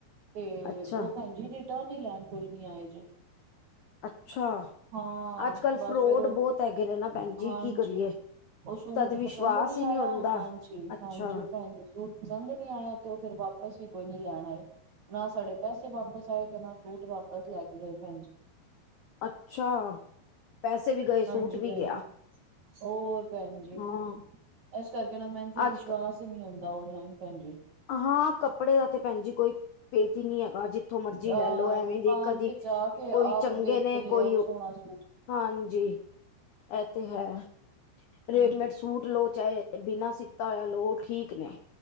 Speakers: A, on the right (about 45°); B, on the left (about 80°).
A: ਤੇ
B: ਅੱਛਾ
A: ਉਹ ਭੈਣ ਜੀ ਰਿਟਰਨ ਹੀ ਲੈਣ ਕੋਈ ਨੀ ਆਇਆ ਜੇ। <inaudible>
B: ਅੱਛਾ
A: ਹਾਂ
B: ਅੱਜ ਕੱਲ
A: ਬਸ
B: ਫਰੋਡ
A: ਫੇਰ ਉਹ,
B: ਬਹੁਤ ਹੈਗੇ ਨੇ ਨਾ ਭੈਣ ਜੀ
A: ਹਾਂਜੀ
B: ਕੀ ਕਰੀਏ
A: ਉਜ ਸੂਟ
B: ਤਦ ਵਿਸ਼ਵਾਸ
A: ਪਸੰਦ ਨੀਂ
B: ਹੀ
A: ਆਇਆ
B: ਨਹੀਂ ਹੁੰਦਾ
A: ਹਾਂਜੀ-ਹਾਂਜੀ।
B: ਅੱਛਾ
A: ਭੈਣ ਜੀ ਸੂਟ ਪਸੰਦ ਨੀਂ ਆਇਆ ਤੇ ਉਜ ਫੇਰ ਵਾਪਸ ਵੀ ਕੋਈ ਨੀ ਲੈਣ ਆਏ। ਨਾ ਸਾਡੇ ਪੈਸੇ ਵਾਪਸ ਆਏ ਤੇ ਨਾ ਸੂਟ ਵਾਪਸ ਲੈ ਕੇ ਗਏ ਭੈਣ ਜੀ।
B: ਅੱਛਾ ਪੈਸੇ ਵੀ ਗਏ ਸੂਟ
A: ਹਾਂਜੀ
B: ਵੀ
A: ਭੈਣ
B: ਗਿਆ
A: ਜੀ, ਹੋਰ ਭੈਣ ਜੀ,
B: ਹਾਂ
A: ਇਸ ਕਰਕੇ ਨਾ ਮੈਨੂੰ ਫਿਰ ਵਿਸ਼ਵਾਸ
B: ਅੱਜ ਕ-
A: ਈ ਨੀ ਹੁੰਂਦਾ ਔਨਲਾਈਨ ਭੈਣ ਜੀ।
B: ਹਾਂ ਕੱਪੜੇ ਦਾ ਤੇ ਭੈਣ ਜੀ ਕੋਈ, ਪੇਤ ਈ ਨੀਂ ਹੈਗਾ ਜੇ। ਜਿਥੋਂ ਮਰਜੀ
A: ਅਹ
B: ਲੈ ਲੋੋ ਐਵੇਂ
A: ਦੁਕਾਨ
B: ਦੇਖ ਕਦੀ,
A: ਤੇ ਜਾ ਕੇ
B: ਕੋਈ
A: ਆਪ
B: ਚੰਗੇ
A: ਵੇਖ
B: ਨੇ
A: ਕੇ ਲਿਆਓ
B: ਕੋਈ
A: ਸੋਹਣਾ ਸੂਟ
B: ਹਾਂਜੀ, ਐ ਤੇ ਹੈ, ਰੇਡੀਮੇਟ
A: ਹਾਂਜੀ
B: ਸੂਟ ਲੋ ਚਾਏ ਬਿਨਾਂ ਸਿੱਤਾ ਹੋਇਆ ਲੋ ਉਹ ਠੀਕ ਨੇ।